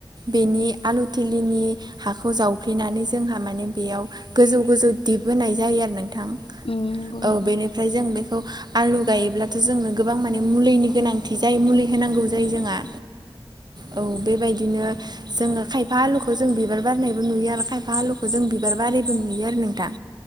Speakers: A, on the right; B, on the left.
A: बेनि आलु थिलिनि हाखौ जावफ्लेनानै जोंहा माने बेयाव गोजौ गोजौ दिप होनोनाय जायो आरो न
B: उम नंगौ नोंथां
A: औ बेनिफ्राय जों बेखौ आलु गायोब्लाथ' जोंनो गोबां माने मुलिनि गोनांथि जायो मुलि होनांगौ जायो जोंहा औ बेबायदिनो जोङो खायफा आलुखौ जों बिबार बारनायबो नुयो आरो खायफा आलुखौ जों बिबार बारैबो नुयो आरो नोंथां